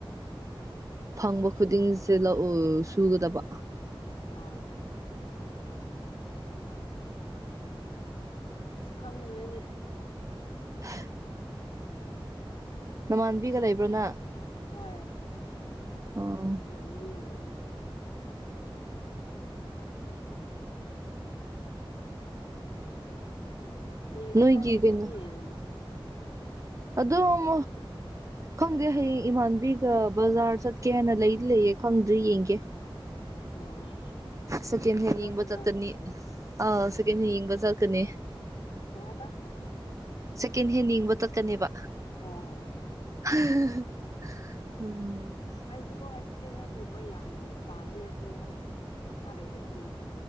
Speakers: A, on the left; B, on the right.
A: <unintelligible>
B: ꯐꯪꯕ ꯈꯨꯗꯤꯡꯁꯦ ꯂꯧ ꯁꯨꯒꯥꯗꯕ
A: ꯑꯥ ꯑꯁ ꯈꯪꯗ꯭ꯔꯦꯅꯦ
B: <unintelligible> ꯅꯃꯥꯟꯕꯤꯒꯥ ꯂꯩꯕ꯭ꯔꯣ ꯅꯪ
A: ꯍꯣꯏ
B: ꯑꯣ
A: ꯏꯃꯥꯟꯅꯕꯤꯒ ꯂꯩꯌꯦ ꯍꯩꯌꯦꯡꯗꯤ
B: ꯅꯣꯏꯒꯤ
A: ꯀꯥꯏ ꯆꯠꯀꯅꯤ
B: ꯀꯩꯅꯣ ꯑꯗꯨꯝ ꯈꯪꯗꯦ ꯍꯌꯦꯡ ꯏꯃꯥꯟꯕꯤꯒ ꯕꯖꯥꯔ ꯆꯠꯀꯦꯅ ꯂꯩꯗꯤ ꯂꯩꯌꯦ ꯈꯪꯗ꯭ꯔꯤ ꯌꯦꯡꯒꯦ
A: ꯑꯣ ꯑꯣ
B: ꯁꯦꯀꯦꯟ
A: ꯆꯠꯂꯣꯗꯅ
B: ꯍꯦꯟ ꯌꯦꯡꯕ ꯆꯠꯀꯅꯤ ꯑ ꯁꯦꯀꯦꯟ ꯍꯦꯟ ꯌꯦꯡꯕ ꯆꯠꯀꯅꯤ
A: ꯀꯩ ꯍꯥꯏꯕ
B: ꯁꯦꯀꯦꯟ ꯍꯦꯟ ꯌꯦꯡꯕ ꯆꯠꯀꯅꯦꯕ
A: ꯑꯣ
B: <unintelligible> ꯎꯝ
A: ꯑꯩꯁꯨ ꯀꯣ ꯑꯁ ꯀꯦꯍꯦꯟꯒꯨꯝꯕ ꯌꯥꯝ ꯄꯥꯝꯃꯦ ꯑꯗꯣ ꯑꯩꯁ ꯄꯩꯁꯥ ꯂꯩꯗꯕꯒꯤꯀꯣ